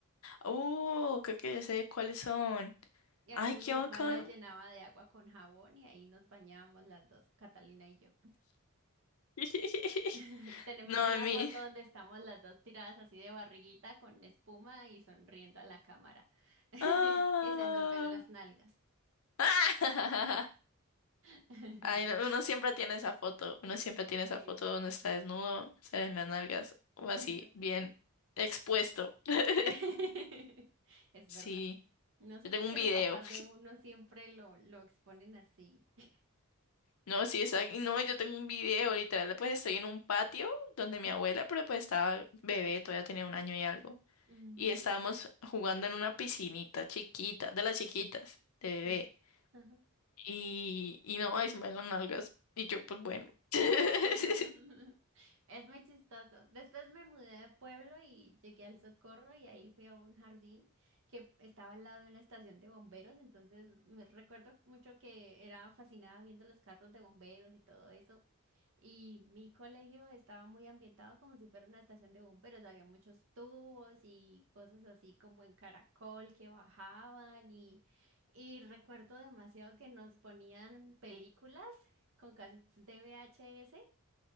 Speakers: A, on the left; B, on the right.
A: Uh, creo que ya sé cuáles son.
B: Y
A: Ay,
B: a veces
A: qué
B: mi mamá
A: bacano.
B: la llenaba de agua con jabón y ahí nos bañábamos las dos, Catalina y yo. <laughs>
A: <laughs>
B: Y tenemos
A: No, a
B: una
A: mí.
B: foto donde estamos las dos tiradas así de barriguita con espuma y sonriendo a la cámara. <laughs>
A: Ah.
B: Y se nos ven las nalgas.
A: <laughs>
B: <laughs>
A: Ay, no, uno siempre tiene esa foto. Uno siempre tiene esa
B: Sí.
A: foto donde está desnudo, salen las nalgas, o así,
B: Ajá.
A: bien expuesto. <laughs>
B: Sí. <laughs> Es
A: Sí,
B: verdad. No sé
A: yo tengo
B: por
A: un
B: qué
A: video.
B: los papás de uno siempre lo, lo exponen así. <laughs>
A: No, sí, exacto. No, yo tengo un video, literal, pues estoy en un patio donde
B: Ujú.
A: mi abuela, pero pues estaba bebé, todavía tenía un año y algo.
B: Mm,
A: Y estábamos jugando en una piscinita chiquita, de las chiquitas, de bebé.
B: sí. Ajá.
A: Y, y no, ahí se me ven las nalgas. Y yo, pues bueno. <laughs>
B: <laughs> Es muy chistoso. Después me mudé de pueblo y llegué al Socorro y ahí fui a un jardín que estaba al lado de una estación de bomberos. Entonces me recuerdo mucho que era fascinada viendo los carros de bomberos y todo eso. Y mi colegio estaba muy ambientado como si fuera una estación de bomberos. Había muchos tubos y cosas así como en caracol que bajaban y, y recuerdo demasiado que nos ponían películas con cassettes de VHS